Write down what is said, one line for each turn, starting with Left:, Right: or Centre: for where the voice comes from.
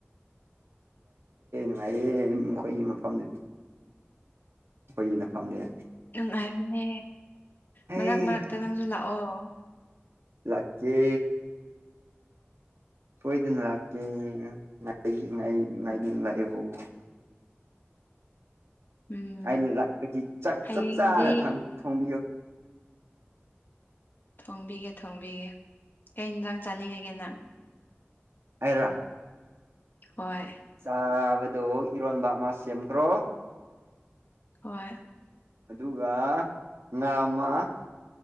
Right: ꯉꯥꯏꯌꯦ ꯃꯈꯣꯏꯒꯤ ꯃꯐꯝꯗꯨꯗꯤ ꯑꯩꯈꯣꯏꯒꯤꯅ ꯐꯝꯗꯦ
Left: ꯅꯨꯡꯉꯥꯏꯔꯅꯦ
Right: ꯍꯩ
Left: ꯃꯔꯛ ꯃꯔꯛꯇ ꯅꯪꯁꯨ ꯂꯥꯛꯑꯣ
Right: ꯂꯀꯦ ꯁꯣꯏꯗꯅ ꯂꯥꯛꯀꯦꯗꯨ ꯂꯩ
Left: ꯎꯝ
Right: ꯑ ꯂꯥꯛꯄꯗꯤ ꯆꯥꯛ
Left: ꯍꯌꯦꯡꯗꯤ
Right: ꯆꯞ ꯆꯥꯅ ꯊꯣꯡꯕꯤꯌꯣ
Left: ꯊꯣꯡꯕꯤꯒꯦ ꯊꯣꯡꯕꯤꯒꯦ ꯀꯩꯅꯨꯡꯗꯥꯡ ꯆꯥꯅꯤꯡꯉꯒꯦ ꯅꯪ
Right: ꯍꯥꯏꯔꯥ
Left: ꯍꯣꯏ
Right: ꯆꯥꯕꯗ ꯏꯔꯣꯟꯕ ꯑꯃ ꯁꯦꯝꯈ꯭ꯔꯣ
Left: ꯍꯣꯏ
Right: ꯑꯗꯨꯒ ꯉꯥ ꯑꯃ